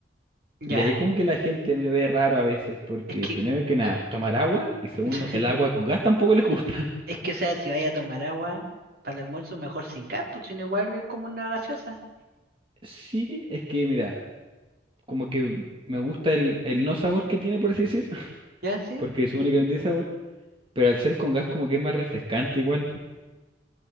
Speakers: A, on the right; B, on the right.
A: ya.
B: Y ahí como que la gente me ve raro a veces, porque
A: Es que,
B: primero que nada, tomar agua y segundo,
A: <laughs>
B: el agua con gas tampoco les gusta. <laughs>
A: es que, o sea, si vaya a tomar agua para el almuerzo, mejor sin gas, pues sino igual es como una gaseosa.
B: Sí, es que mira, como que me gusta el, el no sabor que tiene, por así decir, <laughs>
A: ¿Ya sí?
B: porque supone que no tiene sabor, pero al ser con gas como que es más refrescante igual.